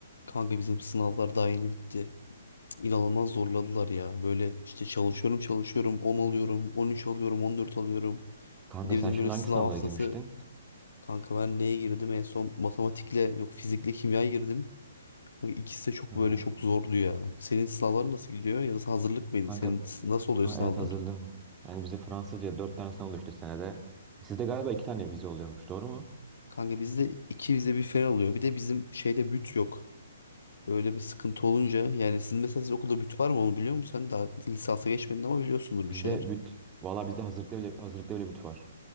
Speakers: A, on the left (about 75°); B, on the right (about 20°).
A: Kanka bizim sınavlar daha yeni bitti. İnanılmaz zorladılar ya. Böyle işte çalışıyorum çalışıyorum 10 alıyorum 13 alıyorum 14 alıyorum.
B: Kanka
A: Bir de
B: sen
A: bizim
B: şimdi
A: böyle sınav
B: hangi sınavlara
A: haftası
B: girmiştin?
A: kanka ben neye girdim en son matematikle yok fizikle kimya girdim. Kanka ikisi de çok
B: Aha.
A: böyle çok zordu ya. Senin sınavlar nasıl gidiyor ya da sen hazırlık mıydın?
B: Kanka
A: Senin s- nasıl oluyor
B: ha,
A: sınavlar?
B: evet hazırladım. Yani bize Fransızca dört tane sınav oluyor işte senede. Sizde galiba iki tane vize oluyormuş doğru mu?
A: Kanka bizde iki vize bir fen oluyor. Bir de bizim şeyde büt yok. Öyle bir sıkıntı olunca yani sizin mesela siz okulda büt var mı onu biliyor musun? Sen daha lisansa geçmedin ama biliyorsundur
B: Bizde
A: bir şeyler.
B: büt, valla bizde hazırlıkta bile, hazırlıkta bile büt var.